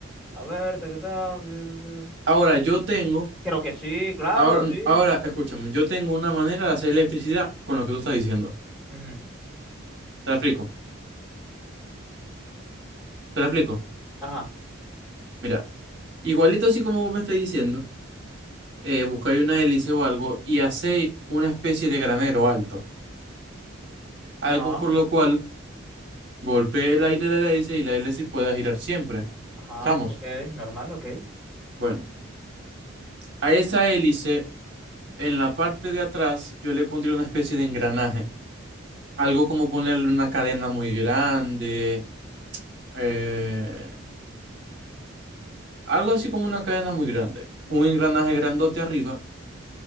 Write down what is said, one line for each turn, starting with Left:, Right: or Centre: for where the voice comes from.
Centre: a ver, ta, ta, ta,
Right: Ahora yo tengo,
Centre: Creo que sí, claro,
Right: ahora,
Centre: sí.
Right: ahora escúchame, yo tengo una manera de hacer electricidad con lo que tú estás diciendo.
Centre: Ujú.
Right: Te la explico, te la explico.
Centre: Ajá,
Right: Mira, igualito así como vos me estás diciendo, eh, buscáis una hélice o algo y hacéis una especie de granero alto, algo
Centre: ajá,
Right: por lo cual Golpee el aire de la hélice y la hélice pueda girar siempre.
Centre: ajá.
Right: ¿Estamos?
Centre: Ok, normal, ok.
Right: Bueno, a esa hélice, en la parte de atrás, yo le pondría una especie de engranaje. Algo como ponerle una cadena muy grande. eh, algo así como una cadena muy grande. Un engranaje grandote arriba.